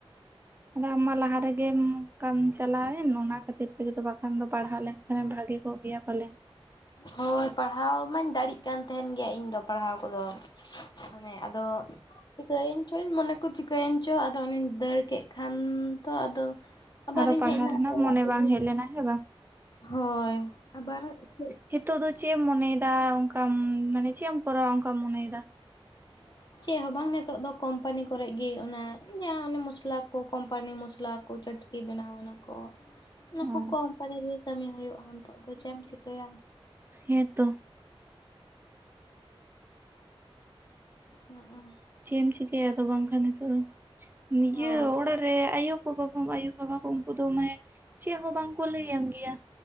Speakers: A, on the right; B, on the left.
A: ᱟᱫ ᱟᱢ ᱢᱟ ᱞᱟᱦᱟᱨᱮ ᱜᱮᱢ ᱚᱱᱠᱟᱢ ᱪᱟᱞᱟᱣᱮᱱ ᱚᱱᱟ ᱠᱷᱟᱹᱛᱤᱨ ᱛᱮᱜᱮᱚ ᱵᱟᱠᱷᱟᱱ ᱫᱚ ᱯᱟᱲᱦᱟᱣ ᱞᱮᱱᱠᱷᱟᱱ ᱵᱷᱟᱜᱮ ᱠᱚᱜ ᱜᱮᱭᱟ ᱯᱟᱞᱮᱱ
B: ᱦᱳᱭ ᱯᱟᱲᱦᱟᱣ ᱢᱟᱧ ᱫᱟᱲᱮᱜ ᱠᱟᱱ ᱛᱟᱦᱮᱱ ᱜᱮᱭᱟ ᱤᱧᱫᱚ ᱯᱟᱲᱦᱟᱣ ᱠᱚᱫᱚ ᱢᱟᱱᱮ ᱟᱫᱚ ᱪᱤᱠᱟᱹᱭ ᱮᱱ ᱪᱩᱧ ᱪᱚᱧ ᱢᱚᱱᱮ ᱠᱚ ᱪᱤᱠᱟᱹᱭᱮᱱ ᱪᱚ ᱟᱫᱚ ᱚᱱᱟᱧ ᱫᱟᱹᱲ ᱠᱮᱫ ᱠᱷᱟᱱ ᱛᱚ ᱟᱫᱚ ᱟᱵᱟᱨᱤᱧ
A: ᱟᱫᱚ ᱯᱟᱲᱦᱟᱣ
B: ᱦᱮᱡ ᱮᱱᱟ
A: ᱨᱮᱱᱟᱜ
B: ᱟᱞᱮ ᱚᱲᱟᱜ
A: ᱢᱚᱱᱮ
B: ᱛᱮᱜᱮ
A: ᱵᱟᱝ ᱦᱮᱡ ᱞᱮᱱᱟ ᱦᱮᱸ ᱵᱟᱝ
B: ᱦᱳᱭ ᱟᱵᱟᱨ ᱥᱮ
A: ᱱᱤᱛᱚᱜ ᱫᱚ ᱪᱮᱫ ᱮᱢ ᱢᱚᱱᱮᱭᱮᱫᱟ ᱚᱱᱠᱟᱢ ᱢᱟᱱᱮ ᱪᱮᱫ ᱮᱢ ᱠᱚᱨᱟᱣᱟ ᱚᱱᱠᱟᱢ ᱢᱚᱱᱮᱭᱮᱫᱟ
B: <unintelligible> ᱪᱮᱫ ᱦᱚᱸ ᱵᱟᱝ ᱱᱤᱛᱚᱜ ᱫᱚ ᱠᱚᱢᱯᱟᱱᱤ ᱠᱚᱨᱮ ᱜᱮ ᱚᱱᱟ ᱡᱟᱦᱟᱸ ᱚᱱᱮ ᱢᱚᱥᱞᱟ ᱠᱚ ᱠᱚᱢᱯᱟᱱᱤ ᱢᱚᱥᱞᱟ ᱠᱚ ᱪᱟᱹᱴ ᱠᱤ ᱵᱮᱱᱟᱣ ᱚᱱᱟᱠᱚ ᱚᱱᱟ ᱠᱚ
A: ᱚ
B: ᱠᱳᱢᱯᱟᱱᱤ ᱨᱮᱜ ᱠᱟᱹᱢᱤ ᱦᱩᱭᱩᱜᱼᱟ ᱱᱤᱛᱚᱜ ᱫᱚ ᱪᱮᱫ ᱮᱢ ᱪᱤᱠᱟᱹᱭᱟ
A: ᱦᱮᱸ ᱛᱚ
B: ᱦᱚᱸᱜ ᱚᱸ
A: ᱪᱮ-ᱮᱢ ᱪᱤᱠᱟᱹᱭᱟ ᱟᱫᱚ ᱵᱟᱝᱠᱷᱟᱱ ᱦᱤᱛᱚᱜ ᱫᱚ ᱱᱤᱡᱮᱨᱟᱜ
B: ᱦᱳᱭ
A: ᱚᱲᱟᱜ ᱟᱭᱩ ᱠᱚ ᱵᱟᱵᱟ ᱟᱭᱩᱼᱵᱟᱵᱟ ᱠᱚ ᱩᱱᱠᱩ ᱫᱚ ᱢᱟᱱᱮ ᱪᱮᱫ ᱦᱚᱸ ᱵᱟᱝᱠᱚ ᱞᱟᱹᱭᱟᱢ ᱜᱮᱭᱟ